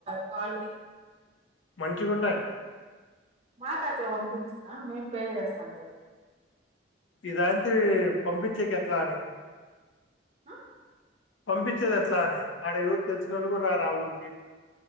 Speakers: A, on the right (about 30°); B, on the left (about 80°).
A: క్వాలిటీ
B: మంచిగుంటాయి
A: మాకాట్ల పంపించిన మేం పే చేస్తాంగ
B: ఈ రాత్రి పంపించేకి ఎట్లాన
A: ఆ
B: పంపించేది ఎట్లా అని ఆడ ఎవరు తెలిసినోళ్లు కూడా రారు ఆ ఊరికి